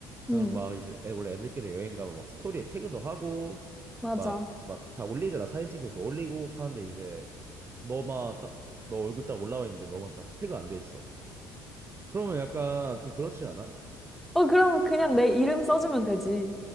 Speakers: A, on the right; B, in the centre.
A: 그럼
B: 응,
A: 막 이제 애, 원래 애들끼리 여행 가면 막 스토리에 태그도 하고
B: 맞아.
A: 막 막 다 올리잖아. 사진 찍어도 올리고 하는데 이제 너만 딱 너 얼굴 딱 올라와 있는데 너만 딱 태그 안 돼 있어. 그러면 약간 좀 그렇지 않아?
B: 어, 그럼 그냥 내 이름 써주면 되지.